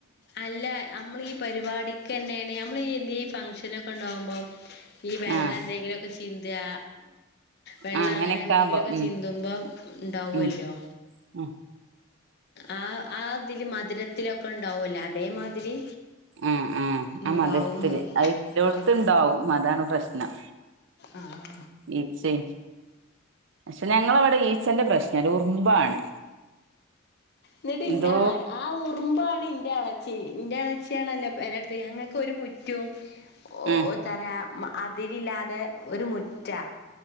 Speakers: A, on the left (about 55°); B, on the right (about 65°).
A: അല്ലാ അമ്മളീ പരിപാടിക്കന്നേണ് അമ്മളീ ഇന്തീ ഫംഗ്ഷനൊക്കണ്ടാവുമ്പോ ഈ വെള്ളം
B: ആഹ്
A: എന്തെങ്കിലൊക്കെ ചിന്താ വെള്ളം
B: ആഹ് അങ്ങനെയൊക്കെ
A: അങ്ങനെ എന്തെങ്കിലൊക്കെ
B: ആവുമ്പോ ഉം
A: ചിന്തുമ്പം ഇണ്ടാവുവല്ലോ?
B: ഉം ഉം
A: ആ ആതില് മധുരത്തിലൊക്കെ ഇണ്ടാവൂല്ലേ അതേമാതിരി
B: ആഹ് ആഹ് ആ
A: ഉണ്ടാവുംന്ന്
B: മധിരത്തില് അയി ഇല്ലോട്ത്തിണ്ടാവും
A: ആ
B: അതാണ് പ്രശ്നം.
A: ആ ആ
B: ഈച്ചേ പക്ഷേ ഞങ്ങളവടെ ഈച്ചന്റെ പ്രശ്നല്ല ഉറുമ്പാണ്.
A: ന്നിട്ട് ഇൻ
B: എന്തോ
A: ആ ആ ഉറുമ്പാണ് ഇന്റെ എളച്ചി ഇന്റെ എളച്ചി ന്റെ ആണല്ലോ പെരടുത്ത് ഞങ്ങക്കൊരു മുറ്റവും ഓതറാ
B: ആ
A: അതിരില്ലാതെ ഒരു മുറ്റാ.